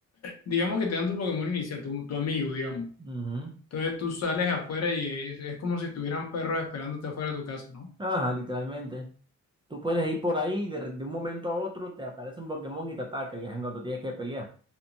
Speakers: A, on the left (about 60°); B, on the right (about 15°).
A: digamos que te dan tu Pokémon inicial, tu, tu amigo, digamos.
B: Ujú.
A: Entonces tú sales afuera y es, es como si estuvieran perros esperándote afuera de tu casa, ¿no?
B: Ajá, literalmente. Tú puedes ir por ahí y de, de un momento a otro te aparece un Pokémon y te ataca y es en cuando tienes que pelear.